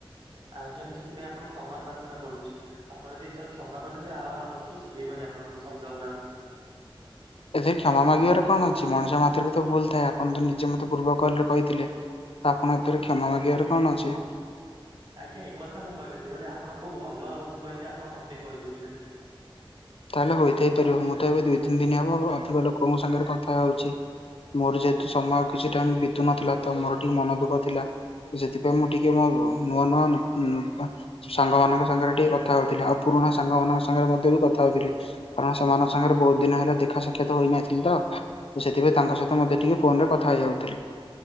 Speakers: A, on the right; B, on the left.
A: ଆଜ୍ଞା ମୁଁ ସେଥିପାଇଁ ଆପଣଙ୍କୁ କ୍ଷମା ପ୍ରାର୍ଥନା କରୁଛି। ଆପଣ ଯଦି ଏଥର କ୍ଷମା କରିଦିଅନ୍ତି ଆଉ ଆରପାଳିଠୁ ଶୁଭେଇବନି ଆପଣଙ୍କୁ ଶବ୍ଦ ଗୁୁରା।
B: ଏଥିରେ କ୍ଷମା ମାଗିବାର କଣ ଅଛି? ମଣିଷ ମାତ୍ରେ କେ ତ ଭୁଲ ଥାଏ, ଆପଣ ତ ନିଜେ ମତେ ପୂର୍ବ କଲରେ କହିଥିଲେ। ତ ଆପଣ ଏଥିରେ କ୍ଷମା ମାଗିବାରେ କଣ ଅଛି?
A: ଆଜ୍ଞା ଏକଥା ମୁଁ କହିନଥିଲି ବୋଧେ ଆପଣ କୋଉ ଅଲଗା ବନ୍ଧୁ କହିଥିବେ ଆପଣ ମତେ କହିଦଉଛନ୍ତି।
B: ତାଲେ ହୋଇଥାଇ ପାରିବ, ମୁଁ ତ ଏବେ ଦିଇ ତିନି ଦିନି ହବ ଅଧିକ ଲୋକଙ୍କ ସାଙ୍ଗରେ କଥା ହଉଛି। ମୋର ଯେହେତୁ ସମୟ କିଛି ଟାଇମ ବିତୁ ନଥିଲା ତ ମୋର ଟିକେ ମନ ଦୁଃଖ ଥିଲା। ସେଥିପାଇଁ ମୁଁ ଟିକେ ମୋ ନୂଆ ନୂଆ ଉଁ ସାଙ୍ଗମାନଙ୍କ ସାଙ୍ଗରେ ଟିକେ କଥା ହଉଥିଲି। ଆଉ ପୁରୁଣା ସାଙ୍ଗ ମାନଙ୍କ ସାଙ୍ଗରେ ମଧ୍ୟ ବି କଥା ହଉଥିଲି, କାରଣ ସେମାନଙ୍କ ସାଙ୍ଗରେ ବୋହୁତ ଦିନ ହେଲା ଦେଖା ସାକ୍ଷାତ ହୋଇନଥିଲି ତ। ତ ସେଥିପାଇଁ ତାଙ୍କ ସହିତ ମତେ ଟିକେ ଫୋନ ରେ କଥା ହେଇଯାଉଥିଲି।